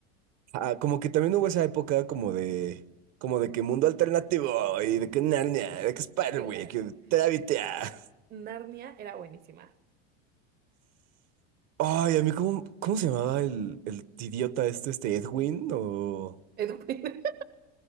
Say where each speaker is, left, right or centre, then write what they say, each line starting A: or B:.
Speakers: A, on the right; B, on the right.
A: Ah, como que también hubo esa época como de, como de que mundo alternativo y de que Narnia, de que Spiderwick,
B: Claro.
A: y de Trábita.
B: Narnia era buenísima.
A: Ay, a mí, ¿cómo, cómo se llamaba el, el idiota este, este Edwin o
B: Edwin.